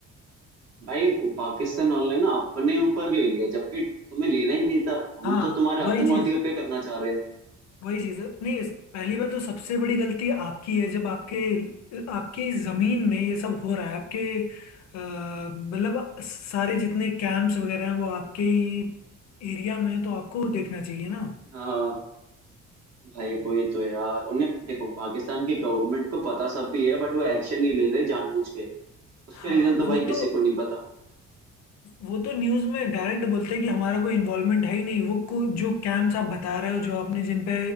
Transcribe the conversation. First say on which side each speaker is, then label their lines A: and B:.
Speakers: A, on the right (about 60°); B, on the left (about 60°).
A: भाई पाकिस्तान वाले ना अपने ऊपर ले लिया जबकि तुम्हें लेना ही नहीं था हम
B: हाँ
A: तो तुम्हारे
B: वही
A: आतंकवादियों
B: चीज़ है
A: पे करना चाह रहे हैं
B: वही चीज है नहीं इस- पहली बार तो सबसे बड़ी गलती आपकी है जब आपके आपके जमीन में ये सब हो रहा है आपके अ, मतलब सारे जितने कैंप्स वगैरह हैं वो आपके ही एरिया में है तो आपको देखना चाहिए ना
A: हाँ भाई वही तो यार उन्हें देखो पाकिस्तान की गवर्नमेंट को पता सब भी है बट वो एक्शन नहीं ले रही जानबूझ के उसका
B: हाँ
A: रीजन तो
B: वो
A: भाई
B: तो
A: किसी को नहीं पता
B: वो तो न्यूज़ में डायरेक्ट बोलते हैं कि हमारा कोई इन्वॉल्वमेंट है ही नहीं वो को, जो कैंप्स आप बता रहे हो जो आपने जिन पे